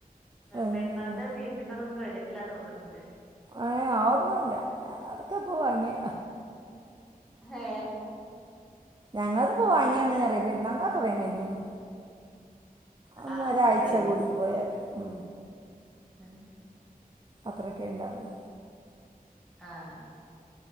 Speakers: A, on the right (about 30°); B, in the centre.
A: ഏഹ്
B: പെരുന്നാളത്തെ ബീഫിന്റെതൊന്നും കഴിഞ്ഞിട്ടില്ല തോന്നുന്നുുണ്ട്
A: ഏ ആന്നുംല്ല ഞൻ അതൊക്കെ പോവാങ്ങിയ
B: ഹേ
A: ഞങ്ങളത് ഇപ്പോ വാങ്ങിയാാണ് അറിയ പെരുന്നാള്ൻ്റെക്കെ കഴിഞ്ഞണ് അന്ന്
B: ആഹ്
A: ഒരാഴ്ച
B: ശരി
A: കൂടി പോയല് ഉ
B: ഉഹ
A: അത്രക്കെ ഉണ്ടുള്ളു
B: ആഹ